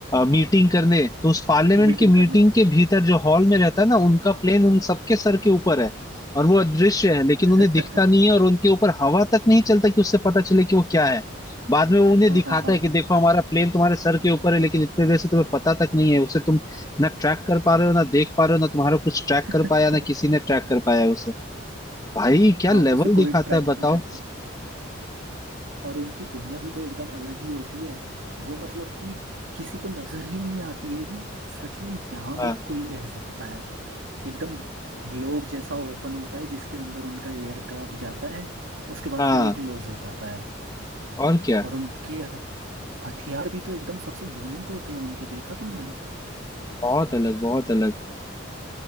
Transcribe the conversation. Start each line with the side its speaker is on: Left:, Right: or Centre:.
Left: मीटिंग करने तो उस पार्लियामेंट
Right: मीटिंग
Left: की मीटिंग
Right: करने
Left: के भीतर जो हॉल में रहता है ना उनका प्लेन उन सबके सर के ऊपर है और वो अदृश्य है लेकिन
Right: <laughs>
Left: उन्हें दिखता नहीं है और उनके ऊपर हवा तक नहीं चलता कि उससे पता चले कि वो क्या है बाद में वो उन्हें
Right: हाँ
Left: दिखाता
Right: हाँ हाँ
Left: है कि देखो हमारा प्लेन तुम्हारे सर के ऊपर है लेकिन इतने देर से तुम्हें पता तक नहीं है उसे तुम ना ट्रैक कर पा रहे हो ना देख पा रहे हो ना तुम्हारा कुछ ट्रैक
Right: <laughs>
Left: कर पाया ना किसी ने ट्रैक कर पाया है उसे भाई क्या
Right: हाँ
Left: लेवल
Right: उसे
Left: दिखाता
Right: कोई ट्रैक
Left: है बताओ
Right: नहीं करता और उनकी दुनिया भी तो एकदम अलग ही होती है वो मतलब कि किसी को नजर ही नहीं आती है कि सच में यहाँ भी
Left: हाँ
Right: कोई रह सकता है एकदम ग्लोब जैसा ओपन होता है जिसके अंदर उनका एयरक्राफ्ट जाता है उसके बाद
Left: हाँ
Right: फिर वो क्लोज हो जाता है
Left: और क्या
Right: और उनके हथियार भी तो एकदम सबसे यूनिक होते हैं उनके देखा तुमने
Left: बहुत अलग बहुत अलग